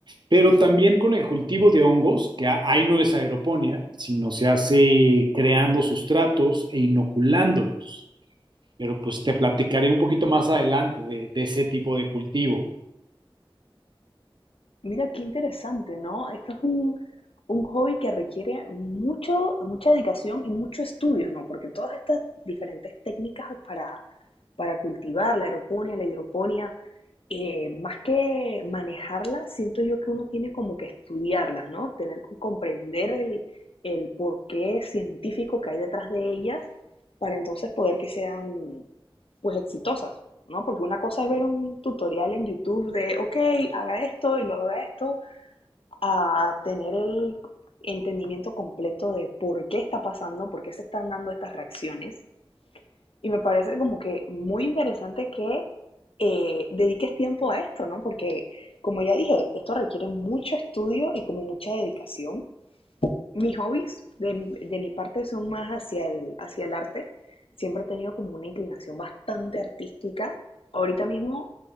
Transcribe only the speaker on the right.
Pero también con el cultivo de hongos, que a- ahí no es aeroponía, sino se hace creando sustratos e inoculándolos. Pero pues te platicaré un poquito más adelante de, de ese tipo de cultivo.